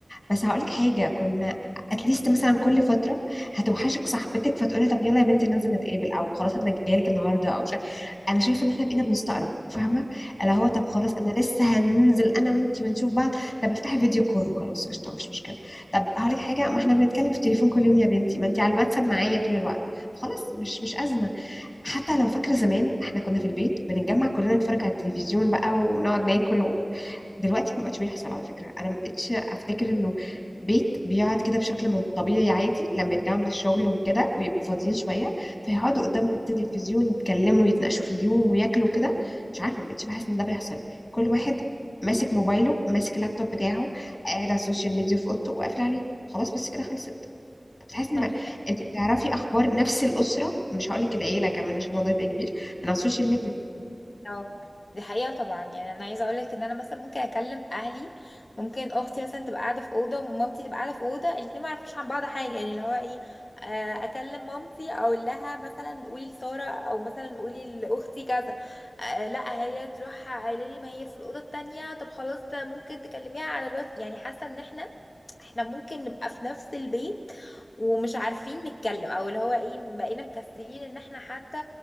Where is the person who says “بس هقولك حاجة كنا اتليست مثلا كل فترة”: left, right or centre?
Left